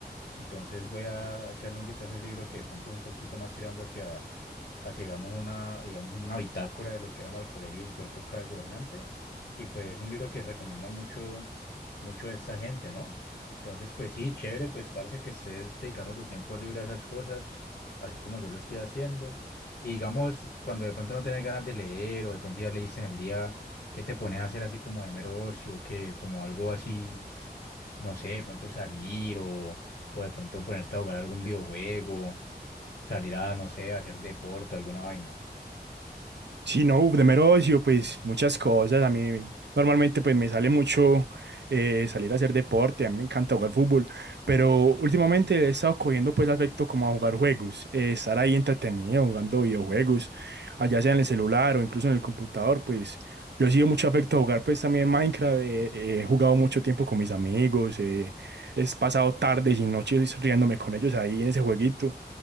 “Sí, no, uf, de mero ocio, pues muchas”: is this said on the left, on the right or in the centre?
Right